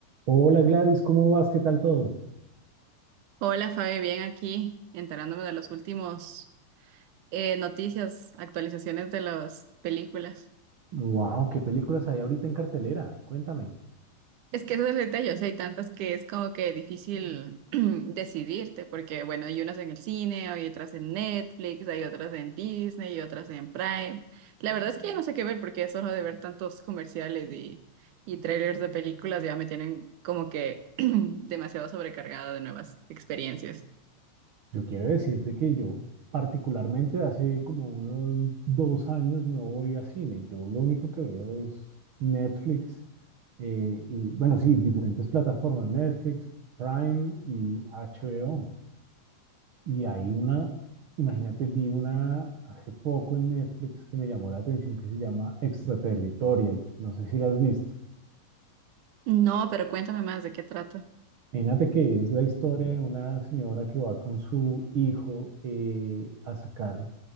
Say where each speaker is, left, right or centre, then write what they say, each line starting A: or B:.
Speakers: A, on the right; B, on the right.
A: Hola Gladys, ¿cómo vas? ¿Qué tal todo?
B: Hola Fabi, bien aquí, enterándome de los últimos eh, noticias, actualizaciones de las películas.
A: Wow, ¿qué películas hay ahorita en cartelera? Cuéntame.
B: Es que eso es el detalles, hay tantas que es como que difícil <clears throat> decidirte, porque bueno, hay unas en el cine, hay otras en Netflix, hay otras en Disney y otras en Prime. La verdad es que ya no sé qué ver porque eso de ver tantos comerciales y, y trailers de películas ya me tienen como que <clears throat> demasiado sobrecargada de nuevas experiencias.
A: Yo quiero decirte que yo particularmente hace como unos dos años no voy a cine. Yo lo único que veo es Netflix eh, y bueno, sí, diferentes plataformas, Netflix, Prime y HBO. Y hay una, imagínate, vi una hace poco en Netflix que me llamó la atención que se llama Extraterritorial. No sé si la has visto.
B: No, pero cuéntame más de qué trata.
A: Imagínate que es la historia de una señora que va con su hijo eh, a sacar